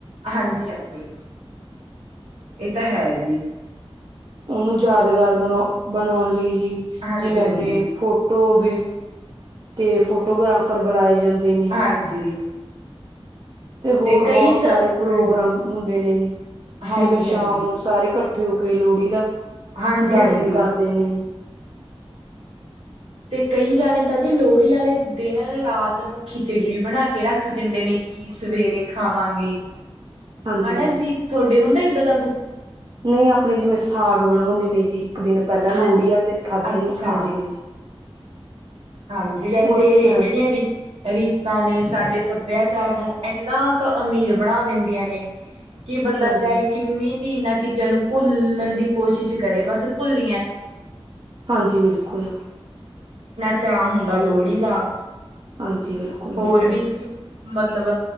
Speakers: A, on the right (about 75°); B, on the right (about 45°).
A: ਹਾਂਜੀ ਹਾਂਜੀ ਇਹ ਤਾਂ ਹੈ ਜੀ
B: ਉ ਯਾਦਗਾਰ ਬਣਾਉਣ ਲਈ ਜੀ
A: ਹਾਂਜੀ-ਹਾਂਜੀ,
B: ਜਿਵੇਂ ਆਪਣੇ ਫੋਟੋ ਤੇ ਫੋਟੋਗ੍ਰਾਫਰ ਬਣਾਏ ਜਾਂਦੇ
A: ਹਾਂਜੀ-ਹਾਂਜੀ
B: ਨੇ ਤੇ ਹੋਰ
A: ਕਈ
B: ਬਹੁਤ ਸਾਰੇ
A: ਤਾਂ
B: ਪ੍ਰੋਗਰਾਮ
A: ਹਾਂਜੀ,
B: ਹੁੰਦੇ ਨੇ ਜੀ
A: ਹਾਂਜੀ-ਹਾਂਜੀ,
B: ਇਹ ਮੈਂ ਸ਼ਾਮ ਨੂੰ ਕਿਉਂਕਿ ਲੋੜੀ ਦਾ
A: ਹਾਂਜੀ-ਹਾਂਜੀ
B: ਦਾਸਨ ਕਰ ਦੇਣੀ
A: ਤੇ ਕਈ ਜਾਣੇ ਤਾਂ ਜੇ ਲੋੜ ਹੀ ਵਾਲੇ ਦਿਨ ਰਾਤ ਨੂੰ ਖਿੱਚੜੀ ਵੀ ਬਣਾ ਕੇ ਰੱਖ ਦਿੰਦੇ ਕੀ ਸਵੇਰੇ ਖਾਵਾਂਗੇ
B: ਹਾਂਜੀ
A: ਹਨਾ ਜੀ ਤੁਹਾਡੇ ਹੁੰਦੇ ਇਦਾਂ ਦਾ
B: ਨਹੀਂ ਆਪਣੀ ਜਿਵੇਂ ਸਾਗ ਬਣਾਉਂਦੇ ਨੇ ਜੀ ਇੱਕ ਦਿਨ ਪਹਿਲਾਂ ਲੋੜੀ
A: ਹਾਂਜੀ
B: ਵਾਲੇ ਦਿਨ ਖਾਦੇ
A: ਅੱਛਾ
B: ਖਾਂਦੇ ਨੇ
A: ਹਾਂਜੀ ਵੈਸੇ
B: ਉਸ ਤਰ੍ਹਾਂ
A: ਜਿਹੜੀਆਂ
B: ਹੀ
A: ਰੀਤਾਂ ਨੇ ਸਾਡੇ ਸਭਿਆ ਸਰ ਮੈਂ ਇਨਾ ਕ ਅਮੀਰ ਬਣਾ ਦਿੰਦੀਆਂ ਨੇ ਕਿ ਬੰਦਾ
B: ਹਾਂਜੀ
A: ਚਾਹੇ ਭੀ ਇਹਨਾਂ ਚੀਜ਼ਾਂ ਨੂੰ ਭੁੱਲਣ ਦੀ ਕੋਸ਼ਿਸ਼ ਕਰੇ ਬਸ ਭੁੱਲ
B: ਹਾਂਜੀ ਬਿਲਕੁਲ
A: ਚਾਰ ਹੁੰਦਾ ਲੋੜੀ ਦਾ
B: ਹਾਂਜੀ ਬਿਲਕੁਲ ਬਿਲਕੁਲ
A: ਹੋਰ ਵੀ ਜੀ ਮਤਲਬ